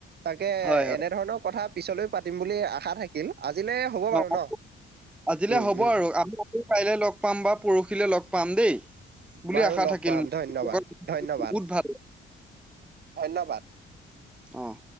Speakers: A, on the right (about 55°); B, in the centre.
A: তাকে
B: হয় হয়
A: এনে ধৰণৰ কথা পিছলৈ পাতিম বুলি আশা থাকিল আজিলৈ হ'ব বাৰু
B: অ
A: ন
B: আজিলে
A: উম
B: হ'ব
A: উম
B: আৰু আমি <unintelligible> লগ পাম বা পৰহিলে লগ পাম দেই বুলি
A: বাৰু
B: আশা
A: লগ
B: থাকিল
A: পাম ধন্যবাদ,
B: <unintelligible> বহুত
A: ধন্যবাদ,
B: ভাল
A: ধন্যবাদ।
B: অহ